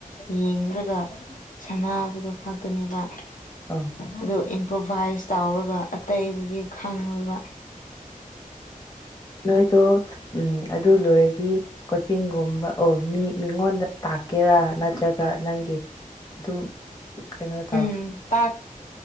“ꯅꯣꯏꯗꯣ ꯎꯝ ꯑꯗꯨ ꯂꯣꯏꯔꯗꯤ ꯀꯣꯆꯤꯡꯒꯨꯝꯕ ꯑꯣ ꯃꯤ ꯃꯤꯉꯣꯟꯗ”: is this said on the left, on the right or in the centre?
Left